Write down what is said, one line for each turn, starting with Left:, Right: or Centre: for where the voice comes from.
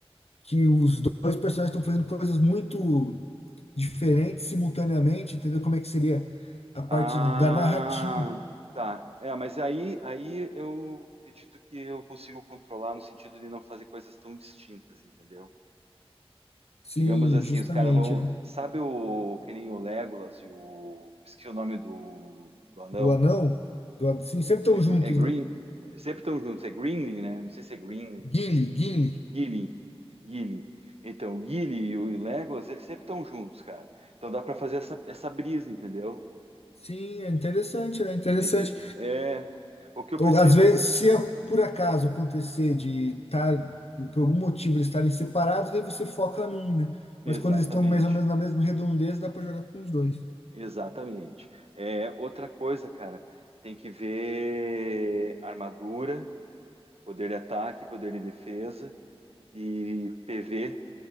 Left: que os dois personagens estão fazendo coisas muito diferentes simultaneamente, entendeu? Como é que seria a parte
Right: Ah,
Left: da narrativa?
Right: tá. É, mas aí, aí eu acredito que eu consigo controlar no sentido de não fazer coisas tão distintas, entendeu?
Left: Sim,
Right: Digamos assim,
Left: justamente,
Right: os caras vão.
Left: né?
Right: Sabe o que nem o Legolas e o. Esqueci o nome do, do anão.
Left: Do anão, do an... sim, sempre estão
Right: É, é
Left: juntos,
Right: Green.
Left: né?
Right: Sempre estão juntos. É Greenling, né? Não sei se é Greenling.
Left: Gimli, Gimli.
Right: Gilling. Gilling. Então, o Gilly e o Legolas, eles sempre estão juntos, cara. Então dá pra fazer essa, essa brisa, entendeu?
Left: Sim, é interessante, né? Interessante.
Right: É, inte- é o que eu preciso.
Left: Ou às vezes, se é por acaso acontecer de estar, por algum motivo, eles estarem separados, aí você foca num, né? Mas
Right: Exatamente.
Left: quando eles estão mais ou menos na mesma redondeza, dá para jogar com os dois.
Right: Exatamente. É outra coisa, cara. Tem que ver armadura, poder de ataque, poder de defesa. e PV